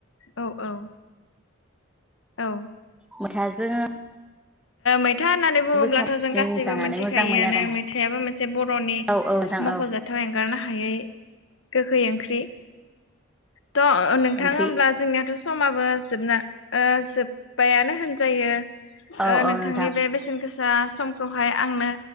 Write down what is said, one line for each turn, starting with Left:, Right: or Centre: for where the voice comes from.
Left: औ औ औ
Centre: मोथाजों
Left: मैथा होननानै बुङोब्लाथ
Centre: साबसिन
Left: जों गासैबो
Centre: जानानै
Left: मोनथिखायोआनो
Centre: मोजां मोनो आरो
Left: मैथायाबो मोनसे बरनि
Centre: आं औ औ नोंथां
Left: मखजाथाव
Centre: औ
Left: एंगारनो हायि हायै गोखै ओंख्रि। थ नोंथाङा
Centre: ओंख्रि
Left: होमब्ला जोंनियाथ' स समाबो जोबना ओ जोब्बायानो होनजायो।
Centre: औ
Left: ओ नोंथांनि
Centre: औ नोंथां
Left: बे बेसेन गोस दा समखौहाय आंनो